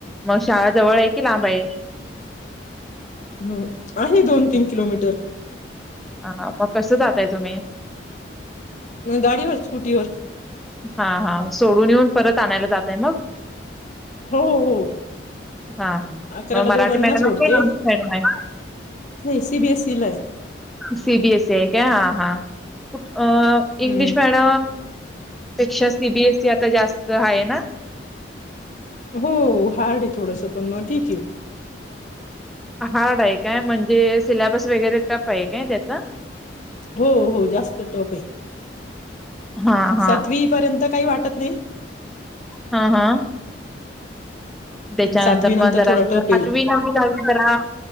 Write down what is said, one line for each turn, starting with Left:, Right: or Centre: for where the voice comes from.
Centre: मग शाळा जवळ आहे की लांब आहे.?
Left: हो, आहे दोन तीन किलोमीटर.
Centre: हां हां, मग कसं जाताय तुम्ही?
Left: गाडीवर स्कुटीवर.
Centre: हा हा, सोडून येऊन परत आणायला जाताय मग?
Left: हो हो.
Centre: हा, हा.
Left: अकराला
Centre: मग मराठी
Left: दोघांना
Centre: मॅडम
Left: सोडते,,
Centre: आहे का इंग्लिश मॅडम आहे?
Left: नाही सी बी एस सी ला य.
Centre: सीबीएससी आहे काय, हा हा,, अं इंग्लिश
Left: हम्म
Centre: मॅडम पेक्षा सीबीएसई आता जास्त आहे ना.
Left: हो हार्ड आहे थोडंस पण मग ठीक आहे.
Centre: हार्ड आहे काय म्हणजे सिलेबस वगैरे टफ आहे काय त्याचा
Left: हो हो जास्त टप आहे
Centre: हा हा
Left: सातवी. र्यंत काही वाटत नाही.
Centre: हा हा त्याच्यानंतर
Left: सातवी नंतर
Centre: मग जरा
Left: थोडा
Centre: अस
Left: टप आहे
Centre: आठवी, नववी, दहावी जरा‌.